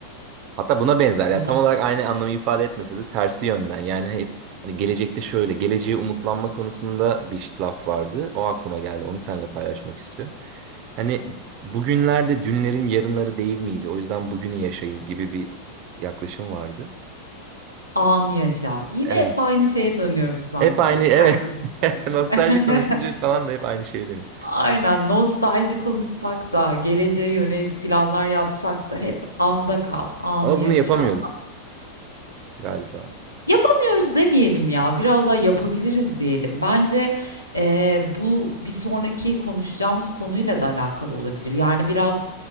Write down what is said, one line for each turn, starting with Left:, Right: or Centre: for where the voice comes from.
Right: Hatta buna benzer
Left: O
Right: ya
Left: zaman
Right: tam olarak aynı anlamı ifade etmese de tersi yönden. Yani hep hani gelecekte şöyle geleceğe umutlanma konusunda bir laf vardı. O aklıma geldi. Onu seninle paylaşmak istiyorum. Hani bugünlerde dünlerin yarınları değil miydi? O yüzden bugünü yaşayın gibi bir yaklaşım vardı.
Left: anı yaşa. Yine
Right: Evet.
Left: hep aynı şeye dönüyoruz sanki.
Right: Hep aynı evet.
Left: Herkesin
Right: <laughs>
Left: döndüğü.
Right: Nostalji konuşunca
Left: <laughs>
Right: falan da hep aynı şey deniyor.
Left: Aynen nostalji konuşsak da geleceğe yönelik planlar yapsak da hep anda kal, anı
Right: Ama
Left: yaşa.
Right: bunu yapamıyoruz galiba.
Left: Yapamıyoruz demeyelim ya, biraz daha yapabiliriz diyelim. Bence, eee, bu bir sonraki konuşacağımız konuyla da alakalı olabilir. Yani biraz